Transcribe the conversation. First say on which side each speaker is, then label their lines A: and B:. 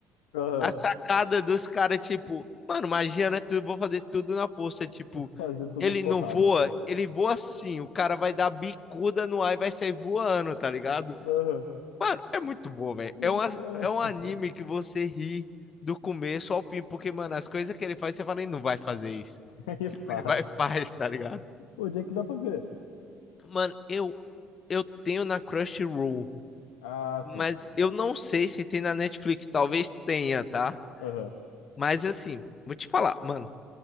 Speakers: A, on the left; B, on the left.
A: Aham.
B: a sacada dos caras, tipo, mano, magia não é tudo, vou fazer tudo na força. Tipo,
A: Fazer tudo
B: ele
A: na porrada,
B: não voa,
A: cara.
B: ele voa assim, o cara vai dar bicuda no ar e vai sair voando, tá ligado?
A: Aham.
B: Mano, é muito bom, velho.
A: <laughs>
B: É, uma, é um anime que você ri do começo ao fim, porque, mano, as coisas que ele faz, você fala, ele não vai fazer isso.
A: Aí
B: Tipo,
A: faz.
B: ele vai e faz, tá ligado?
A: Onde é que dá pra ver?
B: Mano, eu, eu tenho na Crunchyroll,
A: Ah,
B: mas
A: sim.
B: eu não sei se tem na Netflix, talvez tenha, tá?
A: Aham.
B: Mas assim, vou te falar, mano.